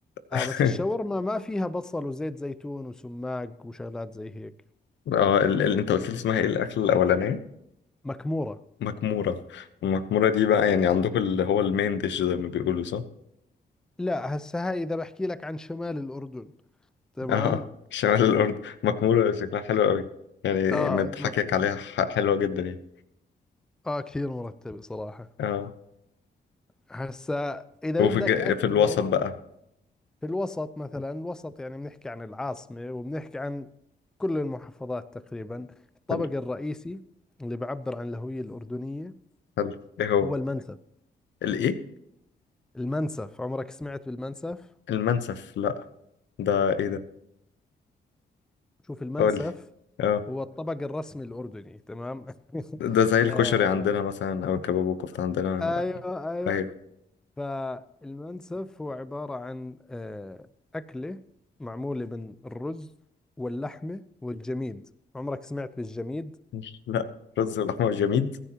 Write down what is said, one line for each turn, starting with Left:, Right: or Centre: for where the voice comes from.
Left: <laughs>
Centre: آه بس الشاورما ما فيها بصل وزيت زيتون وسماق وشغلات زي هيك
Left: اه ال... ال... انت قلت لي اسمها ايه الأكل الأولانية؟
Centre: مكمورة
Left: مكمورة المكمورة دي بقى يعني عندكم اللي هو المين ديش زي ما بيقولوا صح؟
Centre: لا هسه هاي إذا بحكي لك عن شمال الأردن تمام
Left: <laughs> اه شمال الأرض مكمورة شكلها حلو قوي يعني
Centre: آه
Left: من
Centre: المك...
Left: حكيك عليها ح- حلوة جدا يعني
Centre: آه كثير مرتبة صراحة
Left: اه
Centre: هسه إذا
Left: وفي
Centre: بدك
Left: الج...
Centre: أكلة
Left: في الوسط بقى
Centre: في الوسط مثلا الوسط يعني بنحكي عن العاصمة وبنحكي عن كل المحافظات تقريبا الطبق
Left: حلو
Centre: الرئيسي اللي بعبر عن الهوية الأردنية
Left: حلو ايه هو؟
Centre: هو المنسف
Left: الايه؟
Centre: المنسف عمرك سمعت بالمنسف
Left: المنسف لا ده ايه ده؟
Centre: شوف المنسف
Left: قول لي اه
Centre: هو الطبق الرسمي الأردني تمام <laughs>
Left: ده زي الكشري
Centre: آه
Left: عندنا مثلا او الكباب والكفته عندنا
Centre: ايوه ايوه
Left: ايوه
Centre: فالمنسف هو عبارة عن آه أكلة معمولة من الرز واللحمة والجميد عمرك سمعت بالجميد
Left: مش لا رز ولحمه وجميد